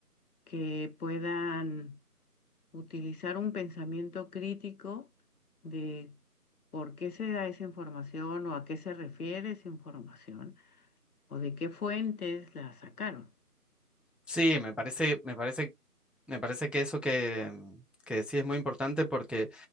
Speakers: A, on the left; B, in the centre.
A: que puedan utilizar un pensamiento crítico de por qué se da esa información o a qué se refiere esa información o de qué fuentes la sacaron.
B: Sí, me parece, me parece Me parece que eso que, mm, que sí es muy importante porque